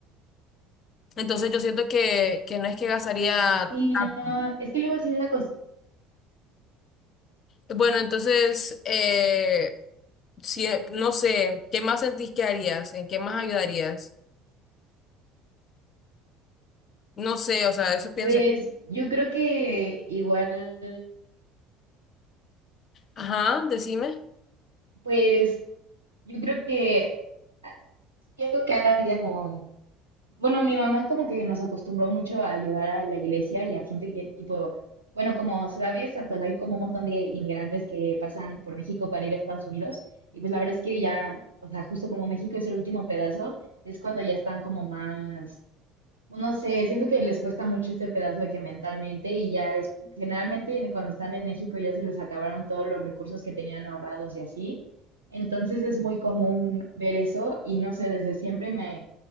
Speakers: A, on the left (about 45°); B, on the right (about 80°).
A: Entonces yo siento que, que no es que gastaría
B: Sí,
A: tanto.
B: no, es que luego sí es la cosa.
A: Bueno, entonces, eh, si, no sé, ¿qué más sentís que harías? ¿En qué más ayudarías? No sé, o sea, eso pienso.
B: Pues yo creo que igual
A: Ajá, decime.
B: Pues yo creo que, ah, yo creo que ahora sería como, bueno, mi mamá como que nos acostumbró mucho a ayudar a la iglesia y a gente que tipo, bueno, como sabes, pues hay como un montón de inmigrantes que pasan por México para ir a Estados Unidos y pues la verdad es que ya, o sea, justo como México es el último pedazo, es cuando ya están como más no sé, siento que les cuesta mucho este pedazo de que mentalmente y ya es, generalmente cuando están en México ya se les acabaron todos los recursos que tenían ahorrados y así. Entonces es muy común ver eso y no sé, desde siempre me,